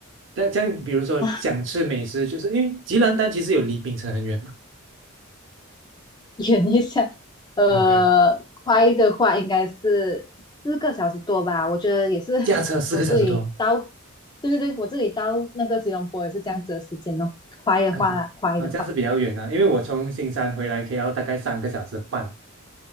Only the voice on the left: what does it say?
啊。
远一下，<laughs> 呃，
快的话应该是四个小时多吧。我觉得也是，
我这里到，对对对，我这里到那个吉隆坡也是这样子的时间哦。快的话啦，
快的话，